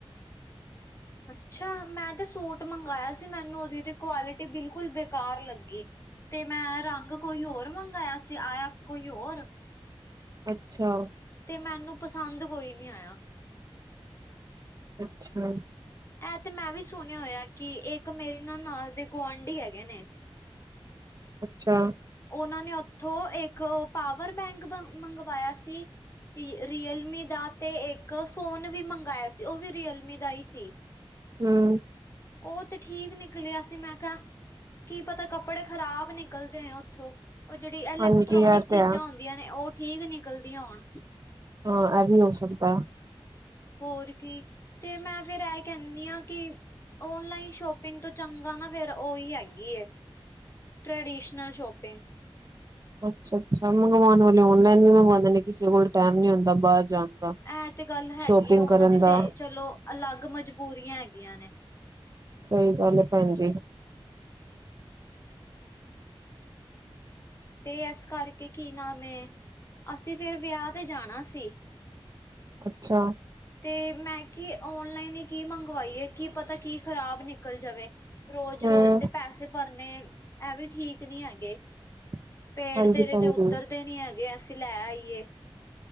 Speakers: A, on the left; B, on the right.
A: ਅੱਛਾ, ਮੈਂ ਤੇ ਸੂਟ ਮੰਗਵਾਇਆ ਸੀ ਮੈਨੂੰ ਉਹਦੀ ਦੀ ਕੁਆਲਿਟੀ ਬਿਲਕੁਲ ਬੇਕਾਰ ਲੱਗੀ। ਤੇ ਮੈਂ ਰੰਗ ਕੋਈ ਹੋਰ ਮੰਗਾਇਆ ਸੀ ਆਇਆ ਕੋਈ ਹੋਰ।
B: ਅੱਛਾ।
A: ਤੇ ਮੈਨੂੰ ਪਸੰਦ ਕੋਈ ਨੀ ਆਇਆ।
B: ਅੱਛਾ।
A: ਐ ਤੇ ਮੈਂ ਵੀ ਸੁਣਿਆ ਹੋਇਆ ਕਿ ਇੱਕ ਮੇਰੇ ਨਾ ਨਾਲ ਦੇ ਗੁਆਂਢੀ ਹੈਗੇ ਨੇ।
B: ਅੱਛਾ।
A: ਉਹਨਾਂ ਨੇ ਉੱਥੋਂ ਇੱਕ ਪਾਵਰ ਬੈਂਕ ਮੰਗਵਾਇਆ ਸੀ। ਰੀਅਲਮੀ ਦਾ ਤੇ ਇੱਕ ਫੋਨ ਵੀ ਮੰਗਾਇਆ ਸੀ, ਉਹ ਵੀ ਰੀਅਲਮੀ ਦਾ ਹੀ ਸੀ।
B: ਹਮ।
A: ਉਹ ਤੇ ਠੀਕ ਨਿਕਲਿਆ ਸੀ ਮੈਂ ਕਿਆ। ਕੀ ਪਤਾ ਕੱਪੜੇ ਖ਼ਰਾਬ ਨਿਕਲਦੇ ਐ ਓ ਉਥੋਂ, ਉਹ ਜਿਹੜੀ ਇਲੈਕਟ੍ਰੋਨਿਕ
B: ਹਾਂਜੀ ਇਹ ਤੇ
A: ਚੀਜ਼ਾਂ
B: ਹੈ
A: ਹੁੰਦੀਆਂ ਨੇ ਉਹ ਠੀਕ ਨਿਕਲਦੀਆਂ ਹੋਣ।
B: ਹਾਂ, ਐ ਵੀ ਹੋ ਸਕਤਾ।
A: ਹੋਰ ਕੀ ਤੇ ਮੈਂ ਫਿਰ ਐ ਕਹਿਨੀ ਆ ਕਿ ਔਨਲਾਈਨ ਸ਼ੋਪਿੰਗ ਤੋਂ ਚੰਗਾ ਨਾ ਫਿਰ ਉਹੀ ਹੈਗੀ ਏ ਟ੍ਰੈਡੀਸ਼ਨਲ ਸ਼ੋਪਿੰਗ।
B: ਅੱਛਾ-ਅੱਛਾ ਮੰਗਵਾਉਣ ਵਾਲੇ ਔਨਲਾਈਨ ਵੀ ਮੰਗਵਾਉਂਦੇ ਨੇ ਕਿਸੇ ਕੋਲ ਟਾਈਮ ਨੀ ਹੁੰਦਾ ਬਾਹਰ ਜਾਣ। ਦਾ।
A: ਐ ਤੇ ਗੱਲ ਹੈਗੀ
B: ਸ਼ੋਪਿੰਗ
A: ਐ, ਉਹਨਾਂ
B: ਕਰਨ
A: ਦੀ
B: ਦਾ
A: ਤੇ ਚਲੋ ਅਲੱਗ ਮਜਬੂਰੀਆਂ ਹੈਗੀਆਂ ਨੇ।
B: ਸਹੀ ਗੱਲ ਐ ਭੈਣ ਜੀ।
A: ਤੇ ਇਸ ਕਰਕੇ ਕੀ ਨਾਮ ਐ, ਅਸੀਂ ਫਿਰ ਵਿਆਹ ਤੇ ਜਾਣਾ ਸੀ।
B: ਅੱਛਾ।
A: ਤੇ ਮੈਂ ਕੀ ਓਨਲਾਈਨ ਈ ਕੀ ਮੰਗਵਾਈਏ ਕੀ ਪਤਾ ਕੀ ਖ਼ਰਾਬ ਨਿਕਲ ਜਾਵੇ, ਰੋਜ਼-ਰੋਜ਼
B: ਹੂੰ
A: ਦੇ ਪੈਸੇ ਭਰਨੇ ਇਹ ਵੀ ਠੀਕ ਨਹੀਂ ਹੈਗੇ।
B: <inaudible>
A: ਪੇੜ 'ਤੇ ਇਹਦੇ
B: ਭੈਣ
A: 'ਤੇ ਉੱਤਰਦੇ
B: ਜੀ
A: ਨੀ ਹੈਗੇ, ਅਸੀਂ ਲੈ ਆਈਏ।